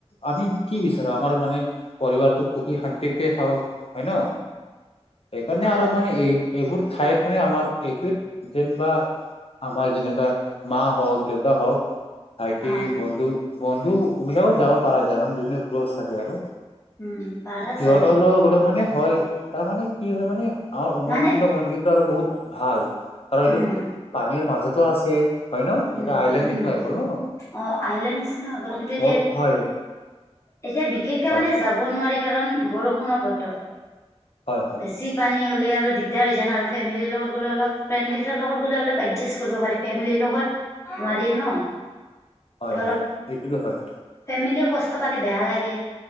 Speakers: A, on the left; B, on the left.
A: আমি কি বিচাৰো আমাৰ মানে পৰিবাৰটো সুখী শান্তিত থওক হয় ন, সেইকাৰণে
B: অ
A: আৰু মানে এই এইবোৰ ঠাইত মানে আমাৰ এইটোৱ যেনিবা, আমাৰ যেনুবা মা হওঁক দেউতা হওঁক ভাইটি
B: অ
A: বন্ধু, বন্ধু বিলাকেও যাব পাৰা যায় মানে যদিও ক্ল'জ থাকে আৰু
B: উম পাৰা।
A: সিহঁতৰ
B: যায়
A: গ'লে মানে হয় তাৰমানানে কি হয় মানে, আমাৰ উমানন্দ
B: মানে
A: মন্দিৰটো আৰু বহুত ভাল কাৰণ
B: উম
A: এইটো পানীৰ মাজটো আছে হয় ন,
B: উম
A: এইটো আইলণ্ড
B: উম
A: নিচি নয় <unintelligible> <inaudible> গ ন
B: অ', আইলেণ্ডছ হৈ গ'ল কিন্তু, এতিয়া
A: মই হয়
B: এতিয়া বিশেষকে
A: হয়
B: মানে যাব নোৱাৰি কাৰণ, বৰষুণৰ বতৰ
A: হয় হয়
B: বেছি পানী হ'লে আৰু দিগদাৰ হৈ যায় ন, আৰু ফেমিলিৰ লগত গ'লে অলপ ফ্ৰেনড কেইটাৰ লগত গ'লে অলপ এডজা কৰিব পাৰি ফেমিলিৰ লগত নোৱাৰি ন
A: হয়
B: অলপ
A: হয় এইটোতো হয়
B: ফেমিলীয়ে কষ্ট পালে বেয়া লাগে।